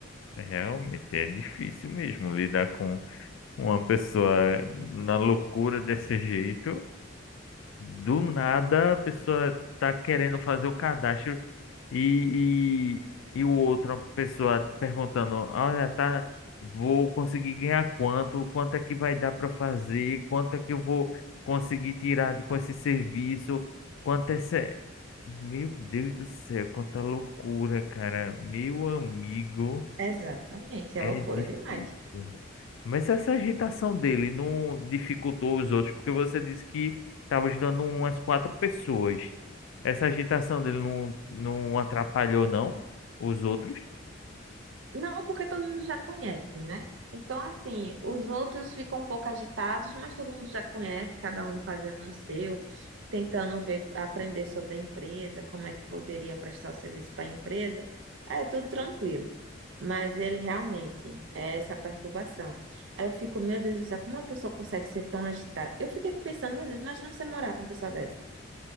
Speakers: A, on the left; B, on the right.
A: é- realmente é difícil mesmo lidar com uma pessoa na loucura desse jeito. Do nada a pessoa tá querendo fazer o cadastro E, e, e o outra pessoa perguntando, olha, tá, vou conseguir ganhar quanto? Quanto é que vai dar para fazer? Quanto é que eu vou conseguir tirar com esse serviço? Quanto é esse... Meu Deus do céu, quanta loucura, cara. Meu amigo,
B: Exatamente,
A: é
B: é loucura
A: difícil.
B: demais.
A: Mas essa agitação dele não dificultou os outros, porque você disse que estava ajudando umas quatro pessoas. Essa agitação dele não, não atrapalhou, não? Os outros?
B: Não, porque todo mundo já conhece, né? Então, assim, os outros ficam um pouco agitados, mas todo mundo já conhece, cada um fazendo o seu, tentando ver, aprender sobre a empresa, como é que poderia prestar o serviço para a empresa. É tudo tranquilo. Mas ele realmente é essa perturbação. Aí eu fico, meu Deus do céu, como uma pessoa consegue ser tão agitada? Eu fiquei pensando, meu Deus, imagina você morar com uma pessoa dessa.